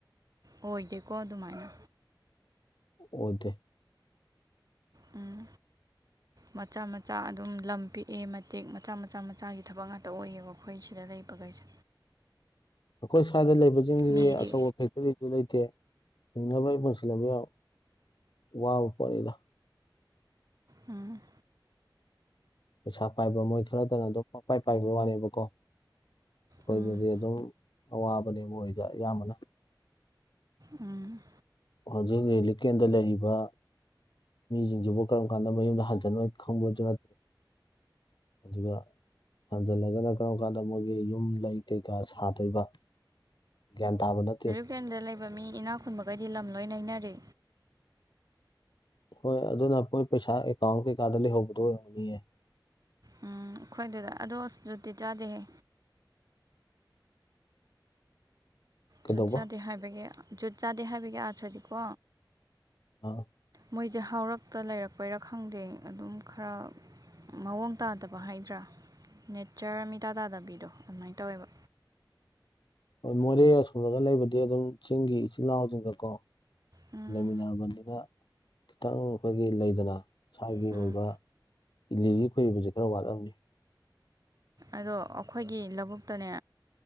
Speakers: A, on the right (about 50°); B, on the left (about 65°).
A: ꯑꯣꯏꯒꯦꯀꯣ ꯑꯗꯨꯃꯥꯏꯅ
B: ꯑꯣꯗ
A: ꯎꯝ ꯃꯆꯥ ꯃꯆꯥ ꯑꯗꯨꯝ ꯂꯝ ꯄꯤꯛꯑꯦ ꯃꯇꯦꯛ ꯃꯆꯥ ꯃꯆꯥ ꯃꯆꯥꯒꯤ ꯊꯕꯛ ꯉꯥꯛꯇ ꯑꯣꯏꯌꯦꯕ ꯑꯩꯈꯣꯏ ꯁꯤꯗ ꯂꯩꯕꯈꯩꯁꯦ
B: ꯑꯩꯈꯣꯏ ꯁ꯭ꯋꯥꯏꯗ ꯂꯩꯕꯁꯤꯡꯁꯤꯗꯤ
A: ꯃꯤꯒꯤꯗꯤ
B: ꯑꯆꯧꯕ ꯐꯦꯛꯇꯔꯤ ꯑꯗꯨ ꯂꯩꯇꯦ ꯍꯤꯡꯅꯕꯩ ꯄꯨꯟꯁꯤꯜꯕ ꯌꯥꯝ ꯋꯥꯕ ꯄꯣꯠꯅꯤꯗ
A: ꯎꯝ
B: ꯄꯩꯁꯥ ꯄꯥꯏꯕ ꯃꯣꯏ ꯈꯔꯗꯅ ꯑꯗꯨꯝ ꯄꯄꯥꯏ ꯄꯥꯏꯕꯒꯤ ꯋꯥꯅꯦꯕꯀꯣ ꯑꯩꯈꯣꯏꯗꯗꯤ
A: ꯎꯝ
B: ꯑꯗꯨꯝ ꯑꯋꯥꯕꯅꯦ ꯃꯣꯏꯗ ꯑꯌꯥꯝꯕꯅ
A: ꯑꯝ
B: ꯍꯧꯖꯤꯛ ꯔꯔꯤꯂꯤꯀꯦꯟꯗ ꯂꯩꯔꯤꯕ ꯃꯤꯁꯤꯡꯁꯤꯕꯨ ꯀꯔꯝ ꯀꯥꯟꯗ ꯃꯌꯨꯝꯗ ꯍꯟꯖꯅꯣꯏ ꯈꯪꯕꯁꯨ ꯅꯠꯇꯦ ꯑꯗꯨꯒ ꯍꯟꯖꯜꯂꯒꯅ ꯀꯔꯝ ꯀꯥꯟꯗ ꯃꯣꯏꯒꯤ ꯌꯨꯝ ꯂꯩ ꯀꯩꯀꯥ ꯁꯥꯗꯣꯏꯕ ꯭ꯌꯥꯟ ꯇꯥꯕ ꯅꯠꯇꯦ
A: ꯏꯄꯦꯟꯗ ꯂꯩꯕ ꯃꯤ ꯏꯅꯥ ꯈꯨꯟꯕꯒꯩꯗꯤ ꯂꯝ ꯂꯣꯏ ꯅꯩꯅꯔꯦ
B: ꯍꯣꯏ ꯑꯗꯨꯅ ꯑꯩꯈꯣꯏ ꯄꯩꯁꯥ ꯑꯦꯀꯥꯎꯟ ꯀꯩꯀꯥꯗ ꯂꯩꯍꯧꯕꯗꯣ ꯑꯣꯏꯔꯝꯅꯤꯌꯦ
A: ꯎꯝ ꯑꯩꯈꯣꯏꯗꯨꯗ ꯑꯗꯣ ꯑꯁ ꯨꯇꯤ ꯆꯥꯗꯦꯍꯦ
B: ꯀꯩꯗꯧꯕ
A: ꯖꯨꯠ ꯆꯥꯗꯦ ꯍꯥꯏꯕꯒꯤ ꯖꯨꯠ ꯆꯥꯗꯦ ꯍꯥꯏꯕꯒꯤ ꯑꯥꯊ꯭ꯔꯗꯤꯀꯣ
B: ꯑꯣ
A: ꯃꯣꯏꯁꯦ ꯍꯔꯛꯇ ꯂꯩꯔꯛꯄꯩꯔꯥ ꯈꯪꯗꯦ ꯑꯗꯨꯝ ꯈꯔ ꯃꯑꯣꯡ ꯇꯥꯗꯕ ꯍꯥꯏꯗ꯭ꯔꯥ ꯅꯦꯆꯔ ꯃꯤꯇꯥ ꯇꯥꯗꯕꯤꯗꯣ ꯑꯗꯨꯃꯥꯏꯅ ꯇꯧꯋꯦꯕ
B: ꯍꯣꯏ ꯃꯣꯔꯦ
A: ꯐꯦꯃꯤꯂꯤ
B: ꯑꯁꯣꯝꯂꯒ ꯂꯩꯕꯗꯤ ꯑꯗꯨꯝ ꯆꯤꯡꯒꯤ ꯏꯆꯤꯜ ꯏꯅꯥꯎꯁꯤꯡꯒꯀꯣ
A: ꯎꯝ
B: ꯂꯩꯃꯤꯟꯅꯔꯕꯅꯤꯅ ꯈꯤꯇꯪ ꯑꯩꯈꯣꯏꯒꯤ ꯂꯩꯗꯅ ꯁ꯭ꯋꯥꯏꯒꯤ
A: ꯎꯝ
B: ꯑꯣꯏꯕ ꯏꯂꯤꯒꯤ ꯈꯣꯏꯕꯁꯦ ꯈꯔ ꯋꯥꯠꯂꯕꯅꯤ
A: ꯑꯗꯣ ꯑꯩꯈꯣꯏꯒꯤ ꯂꯧꯕꯨꯛꯇꯅꯦ